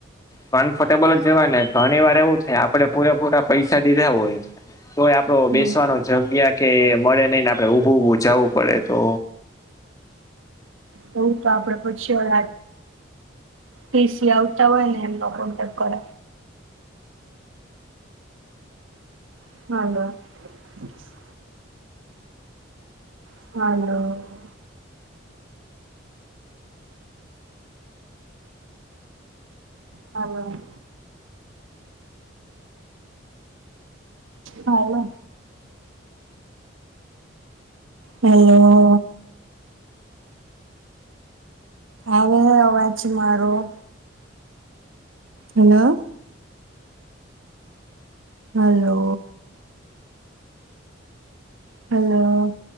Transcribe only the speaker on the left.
કમ્ફર્ટેબલ જ જવાય ને ઘણી વાર એવું થાય આપડે પૂરેપૂરા પૈસા દીધા હોય તોય આપ તો
બેસવાનો જગ્યા કે મળે નહી ને આપડે ઉભું ઉભું જાવું પડે તો